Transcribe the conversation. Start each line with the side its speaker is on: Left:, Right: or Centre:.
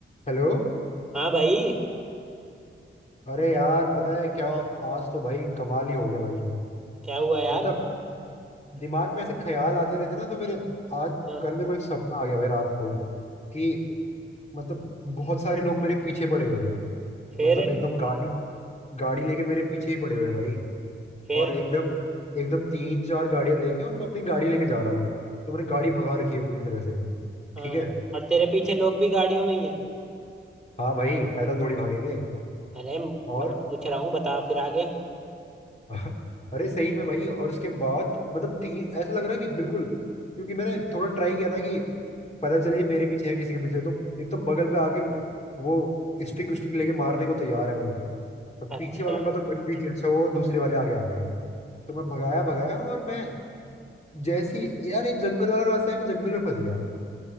Left: Hello
Centre: हाँ भाई
Left: अरे यार पता है क्या आज तो भाई कमाल ही हो गया भाई
Centre: क्या हुआ यार
Left: मतलब दिमाग में ऐसे ख्याल आते रहते ना तो मेरे आज
Centre: हाँ,
Left: कल मेरे को एक सपना आ गया भाई रात को कि मतलब बहुत सारे लोग मेरे पीछे पड़े हुए हैं
Centre: फिर
Left: मतलब एकदम गाड़ी गाड़ी लेके मेरे पीछे ही पड़े हुए हैं भाई
Centre: फिर
Left: और एकदम एकदम तीन चार गाड़ियां लेके और मैं अपनी गाड़ी लेके जा रहा हूँ तो मैंने गाड़ी भगा रखी है पूरी तरह से
Centre: हाँ
Left: ठीक है
Centre: और तेरे पीछे लोग भी गाड़ियों में ही है
Left: हाँ भाई पैदल थोड़ी भागेंगे
Centre: अरे मैं
Left: और
Centre: पूछ रहा हूँ बता फिर आगे
Left: <laughs> अरे सही में भाई और उसके बाद मतलब ती- ऐसा लग रहा है कि बिल्कुल क्योंकि मैंने थोड़ा ट्राई किया ना कि पता चले ये मेरे पीछे है किसी के पीछे तो एकदम बगल पे आके वो स्टिक स्टिक लेके मारने को तैयार है भाई अब
Centre: अच्छा
Left: पीछे वालों के पास तो गन भी थी अच्छा वो दूसरे वाले आगे आ गए तो मैं भगाया भगाया और मैं जैसी यार एक जंगल वाला रास्ता है मैं जंगल में फंस गया